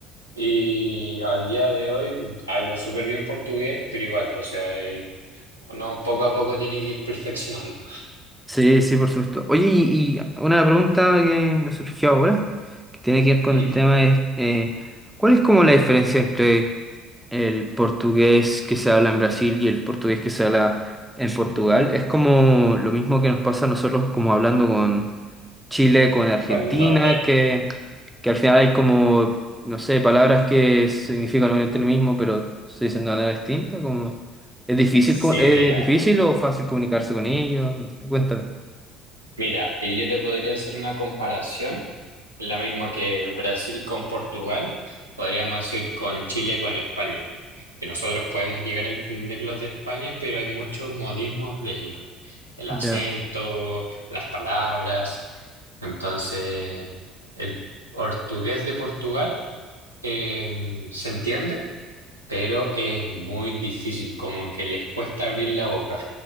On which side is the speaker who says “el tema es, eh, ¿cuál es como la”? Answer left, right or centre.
Centre